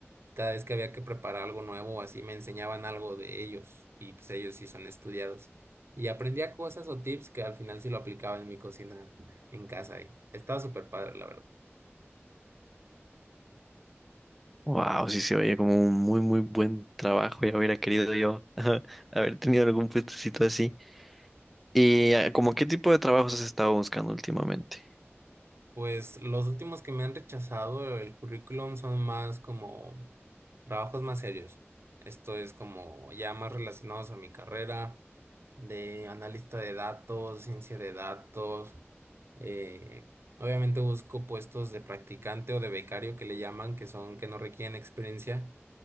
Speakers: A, on the right; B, in the centre.
A: Cada vez que había que preparar algo nuevo, así me enseñaban algo de ellos y pues ellos sí son estudiados. Y aprendía cosas o tips que al final sí lo aplicaba en mi cocina en casa y estaba súper padre, la verdad.
B: Wow, sí se oye como un muy, muy buen trabajo. Ya hubiera querido yo <laughs> haber tenido algún puestecito así. ¿Y ah, como qué tipo de trabajos has estado buscando últimamente?
A: Pues los últimos que me han rechazado el currículum son más como trabajos más serios. Esto es como ya más relacionados a mi carrera de analista de datos, ciencia de datos. Eh, obviamente busco puestos de practicante o de becario que le llaman, que son que no requieren experiencia